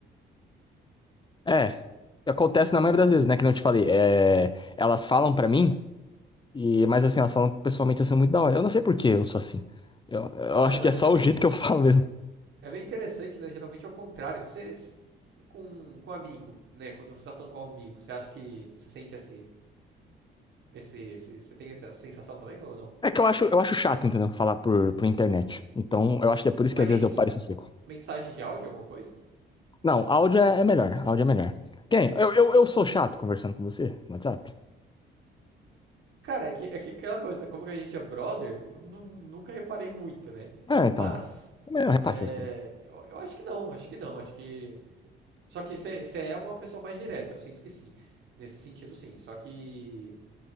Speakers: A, on the left; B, on the right.
A: É, acontece
B: Por-
A: na maioria das vezes, né? Que não te falei. É, elas falam pra mim, e, mas assim, elas falam pessoalmente assim muito da hora. Eu não sei por que eu sou assim. Eu, eu
B: Então,
A: acho que
B: é,
A: é só
B: é meio.
A: o jeito que eu falo mesmo.
B: É meio interessante, né? Geralmente é o contrário. Você. s- Com, com um amigo, né? Quando você tá falando com um amigo, você acha que você sente esse. esse, esse você tem essa sensação também ou não?
A: É que eu acho, eu acho chato, entendeu? Falar por, por internet. Então, eu acho que é por
B: Mas
A: isso que às
B: nem
A: vezes eu pareço seco.
B: mensagem de áudio, alguma coisa?
A: Não, áudio é, é melhor. Áudio é melhor. Quem? Eu, eu, eu sou chato conversando com você no WhatsApp?
B: Cara, é que, é que aquela coisa, né? como que a gente é brother, eu nu- nunca reparei muito, né?
A: Ah,
B: Mas,
A: então. Eu reparo
B: é,
A: essas coisas.
B: eu, eu acho que não, acho que não, acho que... Só que você é uma pessoa mais direta, eu sinto que sim. Nesse sentido, sim. Só que